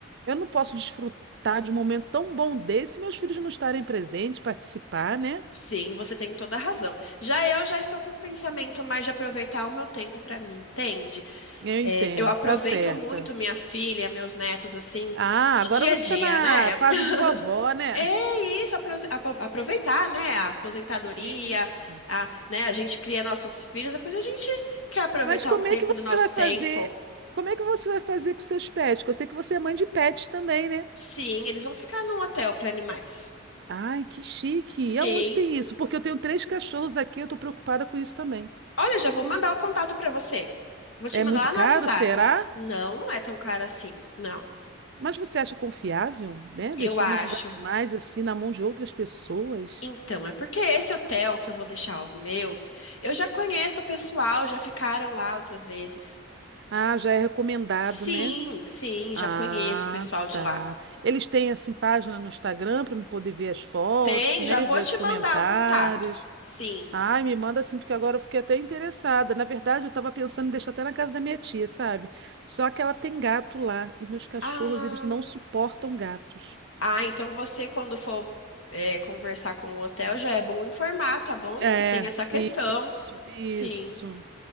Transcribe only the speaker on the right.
eu não posso desfrutar de um momento tão bom desse se meus filhos não estarem presentes, participar, né?
Eu entendo,
tá certa.
Ah, agora
você
tá na
fase
de vovó, né?
Isso.
Mas como
é que você
vai fazer?
Como é que você vai fazer com seus pets? Porque eu sei que você é mãe de pets também, né?
Ai, que chique!
E aonde tem isso? Porque eu tenho três cachorros aqui, eu tô preocupada com isso também.
É
muito
caro,
será?
Mas você acha confiável, né?
Deixar
nossos animais assim na mão de outras pessoas?
Ah, já é recomendado,
né?
Ah,
tá.
Eles têm assim página no Instagram para eu poder ver as fotos,
né?
Ver
os comentários.
Ai, me manda assim, porque agora eu fiquei até interessada. Na verdade, eu estava pensando em deixar até na casa da minha tia, sabe? Só que ela tem gato lá e meus cachorros,
eles não suportam gatos.
É,
isso, isso.